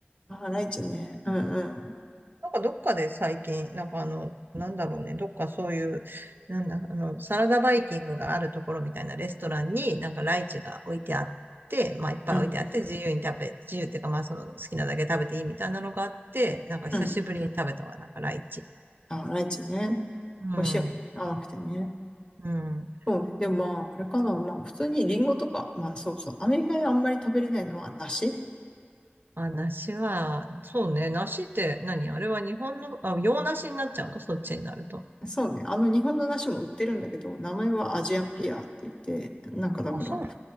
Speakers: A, on the left (about 25°); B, on the right (about 60°).
A: あ、ライチね。うんうん。
B: なんかどっかで最近、なんかあの、なんだろうね、どっかそういう、なんだ、あの、サラダバイキングがあるところみたいなレストランになんかライチが置いてあって、まあいっぱい置いてあって自由に食べ、
A: うん。
B: 自由っていうかまあその好きなだけ食べていいみたいなのがあって、なんか久しぶりに食べたわ、
A: うん。
B: なんかライチ。
A: あ、ライチね。
B: うん、
A: 美味しいよね。甘くてね。
B: うん。
A: そうね。でもまあ、あれかな。まあ、普通にリンゴとか、まあそうそう。アメリカであんまり食べれないのは梨。
B: あ、梨は、そうね、梨って何あれは日本の、あ、洋梨になっちゃうのそっちになると。
A: そうね。あの日本の梨も売ってるんだけど、名前はアジアンピアって言って、なんかだから、
B: あ、そうな